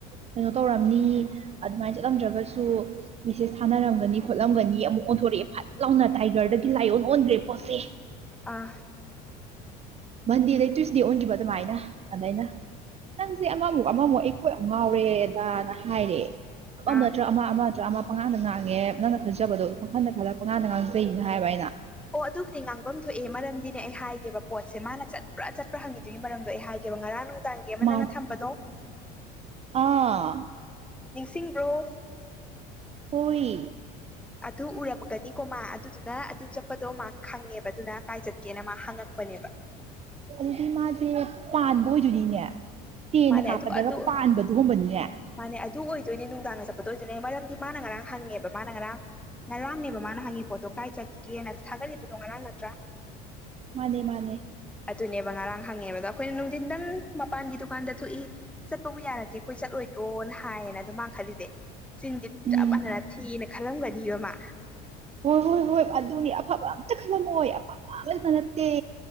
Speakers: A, on the right (about 30°); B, in the centre.
A: ꯀꯩꯅꯣ ꯇꯧꯔꯝꯅꯤ ꯑꯗꯨꯃꯥꯏꯅ ꯆꯠꯂꯝꯗ꯭ꯔꯒꯁꯨ ꯃꯦꯁꯦꯁ ꯊꯥꯅꯔꯝꯒꯅꯤ ꯈꯣꯠꯂꯝꯒꯅꯤ ꯑꯃꯨꯛ ꯑꯣꯟꯊꯣꯔꯛꯑꯦ ꯐꯠ ꯂꯥꯎꯅ ꯇꯥꯏꯒꯔꯗꯒꯤ ꯂꯥꯏꯑꯣꯟ ꯑꯣꯟꯈ꯭ꯔꯦ ꯄꯣꯠꯁꯦ
B: ꯑꯥ
A: ꯃꯟꯗꯦꯗꯩ ꯇ꯭ꯋꯁꯗꯦ ꯑꯣꯟꯈꯤꯕ ꯑꯗꯨꯃꯥꯏꯅ ꯑꯗꯨꯃꯥꯏꯅ ꯅꯪꯁꯦ ꯑꯃꯃꯨꯛ ꯑꯃꯃꯨꯛ ꯑꯩ ꯀꯣꯏ ꯑꯃ ꯉꯥꯎꯔꯦꯗꯥꯅ ꯍꯥꯏꯔꯦ ꯑꯃꯠꯇ꯭ꯔ
B: ꯑꯥ
A: ꯑꯃ ꯑꯃꯗ ꯑꯃ ꯄꯉꯥꯡꯗ ꯉꯥꯡꯉꯦ ꯅꯪꯅ ꯈꯟꯖꯕꯗꯣ ꯋꯥꯈꯜꯗ ꯈꯜꯂꯒ ꯄꯉꯥꯟꯗ ꯉꯥꯡꯖꯩꯅ ꯍꯥꯏꯕ ꯑꯩꯅ
B: ꯑꯣ ꯑꯗꯨꯕꯨꯗꯤ ꯉꯥꯡꯐꯝ ꯊꯣꯛꯑꯦ ꯃꯔꯝꯗꯤꯅꯦ ꯑꯩ ꯍꯥꯏꯒꯦꯕ ꯄꯣꯠꯁꯦ ꯃꯥꯅ ꯆꯠ꯭ꯔꯥ ꯆꯠꯄ꯭ꯔꯥ ꯍꯪꯉꯤꯗꯨꯒꯤ ꯃꯔꯝꯗꯣ ꯑꯩ ꯍꯥꯏꯒꯦ ꯉꯔꯥꯡ ꯅꯨꯡꯗꯥꯡꯒꯤ ꯑꯃ
A: ꯃꯥ
B: ꯅꯪꯅ ꯊꯝꯕꯗꯣ
A: ꯑꯥ
B: ꯅꯤꯡꯁꯤꯡꯕ꯭ꯔꯣ
A: ꯍꯨꯏ
B: ꯑꯗꯨ ꯎꯔꯝꯃꯒꯅꯤꯀꯣ ꯃꯥ ꯑꯗꯨꯗꯨꯅ ꯑꯗꯨ ꯆꯠꯄꯗꯣ ꯃꯥ ꯈꯪꯉꯦꯕ ꯑꯗꯨꯅ ꯀꯥꯏ ꯆꯠꯀꯦꯅ ꯃꯥ ꯍꯪꯉꯛꯄꯅꯦꯕ
A: ꯑꯗꯨꯗꯤ ꯃꯥꯁꯦ ꯄꯥꯟꯕ ꯑꯣꯏꯗꯣꯏꯅꯤꯅꯦ ꯇꯦꯟꯅ
B: ꯃꯥꯅꯦ
A: ꯀꯥꯞꯄꯗꯒ
B: ꯑꯗꯨ ꯑꯗꯨ
A: ꯄꯥꯟꯕꯗꯨꯒꯨꯝꯕꯅꯤꯅꯦ
B: ꯃꯥꯅꯦ ꯑꯗꯨ ꯑꯣꯏꯗꯣꯏꯅꯦ ꯅꯨꯡꯗꯥꯡꯅ ꯆꯠꯄꯗ ꯇ ꯑꯣꯏꯗꯨꯅꯦ ꯃꯔꯝꯗꯤ ꯃꯥꯅ ꯉꯔꯥꯡ ꯍꯪꯉꯦꯕ ꯃꯥꯅ ꯉꯔꯥꯡ ꯉꯔꯥꯡꯅꯦꯕ ꯃꯥꯅ ꯍꯪꯉꯤ ꯄꯣꯠꯇꯣ ꯀꯗꯥꯥꯏ ꯆꯠꯀꯦꯅ ꯊꯥꯒꯠꯂꯤꯕꯗꯣ ꯉꯔꯥꯡ ꯅꯠꯇ꯭ꯔꯥ
A: ꯃꯥꯅꯦ ꯃꯥꯅꯦ
B: ꯑꯗꯨꯅꯦꯕ ꯉꯔꯥꯡ ꯍꯪꯉꯦꯕꯗꯣ ꯑꯩꯈꯣꯏꯅ ꯅꯨꯡꯊꯤꯟꯗꯪ ꯃꯄꯥꯟꯒꯤ ꯗꯨꯀꯥꯟꯗ ꯊꯣꯛꯏ ꯆꯠꯄꯕꯨ ꯌꯥꯔꯗꯤꯦ ꯑꯩꯈꯣꯏ ꯆꯠꯂꯣꯏꯗ꯭ꯔꯣꯅ ꯍꯥꯏꯌꯦꯅ ꯑꯗꯨꯝ ꯃꯥꯡꯈꯂꯤꯁꯦ ꯆꯤꯟꯁꯦ
A: ꯎꯝ
B: ꯆꯞ ꯃꯥꯟꯅꯅ ꯊꯤꯑꯅ ꯈꯜꯂꯝꯒꯅꯤꯕ ꯃꯥ
A: ꯍꯣꯏ ꯍꯣꯏ ꯍꯣꯏ ꯑꯗꯨꯅꯤ ꯑꯐꯕ ꯑꯝꯇ ꯈꯜꯂꯝꯃꯣꯏ ꯑꯐꯕ ꯑꯇ ꯅꯠꯇꯦ